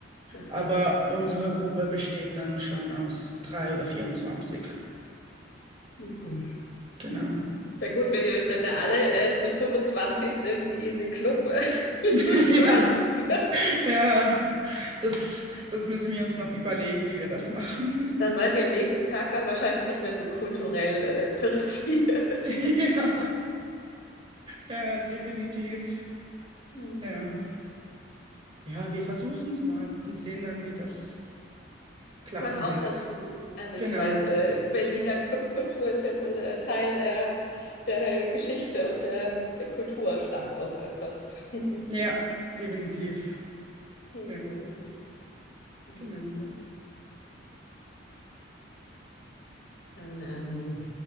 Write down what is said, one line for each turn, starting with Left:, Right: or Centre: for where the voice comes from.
Left: Na krass.
Right: Aber unsere Gruppe besteht dann schon aus drei oder 24.
Left: Mhm.
Right: Genau.
Left: Na gut, wenn ihr euch dann da alle äh, zu 25 irgendwie in den Club äh,
Right: <laughs>
Left: <laughs> stürzt,
Right: Ja, ja. Das, das müssen wir uns noch überlegen, wie wir das machen.
Left: da seid ihr am nächsten Tag dann wahrscheinlich nicht mehr so kulturell äh, interessiert.
Right: <laughs> Ja, ja, definitiv.
Left: Mhm.
Right: Ja. Ja, wir versuchen es mal und sehen dann, wie das klappen
Left: Gehört auch
Right: wird.
Left: dazu. Also
Right: Genau.
Left: ich meine, äh, Berliner Clubkultur ist ja wohl äh, Teil der, der Geschichte und der, der Kulturstadt auch einfach. <laughs>
Right: Ja, definitiv.
Left: Mhm.
Right: Ja.
Left: Ja,
Right: Genau.
Left: cool. Dann ähm,